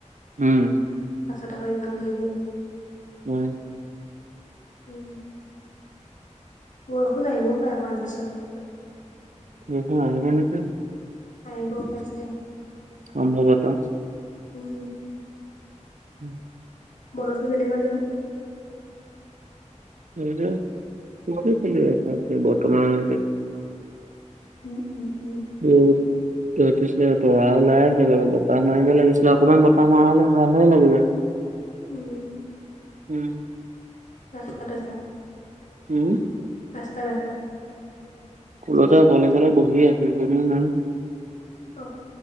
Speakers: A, on the right; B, on the left.
A: উম
B: তাৰ পাছত আকৌ এইকন কৰি দিওঁ
A: উম
B: উম বৰষুণ আহি মোৰ পাই অকমান পাছত
A: <unintelligible> আহিব নেকি
B: আহিব পাৰে
A: সম্ভৱত
B: উম
A: উম
B: বৰতো কেনেকুৱা জানো
A: সেইটোৱে ঠিকেই চলি বৰ্তমান লৈকে
B: উম উম উম
A: হেল্ল তই কৈছিলি তৰা ওলাই আছে বাৰু বতাহ মাৰিব লাগিছিলে অকমান বতাহ মৰা হলে ভালহে লাগিলে <inaudible>
B: উম
A: উম
B: ৰাস্তাত আছা
A: উম
B: ৰাস্তাত আছা
A: কুলতে অকলে অকলে বহি আছে এজনো নাই
B: অ